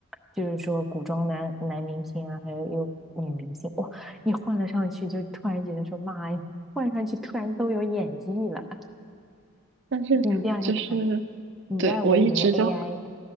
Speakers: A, in the centre; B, on the right.
A: 就是说古装男男明星啊，还有有女明星，哇，一换了上去就突然觉得说妈呀！换上去突然都有演技了，
B: 但是就是
A: 你一定要去看。以爱为营
B: 对我一直就
A: AI，